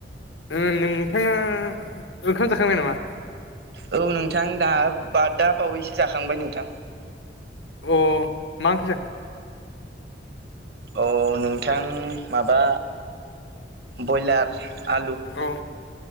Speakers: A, on the left; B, on the right.
A: ओ नोंथाङा ओंखाम जाखांबाय नामा?
B: औ नोंथां दा बा दा बावैसो जाखांबाय नोंथां।
A: अ मा ओंख्रि जाखो?
B: औ नोंथां माबा बयलार आलु।
A: औ